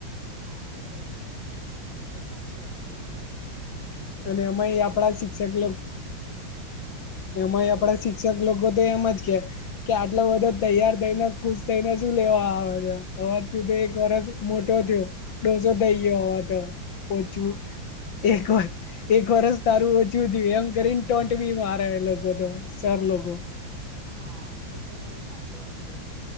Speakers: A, on the right (about 75°); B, on the left (about 70°).
A: હા એ તો સાચી વાત કીધી તમે આપણે
B: અને
A: તો
B: એમાંય
A: બાળપણમાં
B: આપણા
A: તો
B: શિક્ષક લોક
A: હા
B: એમાંય
A: બોલો બોલો
B: આપણા શી ક્ષક લોકો તો એમજ કે કે આટલો બધો તૈયાર થઈને ખુશ થઈને શું લેવા આવે છે, હવે થી ત એક વરષ મોટો થયો ડોસો થઈ ગયો હવા તો ઓછું
A: હા હા
B: એક વ એક વર્ષ તારું ઓછું થયું એમ કરીને ટોનટ બી મારે એ લોકો તો સર લોકો
A: હા એ તો ઘણી સાચી વાત કીધી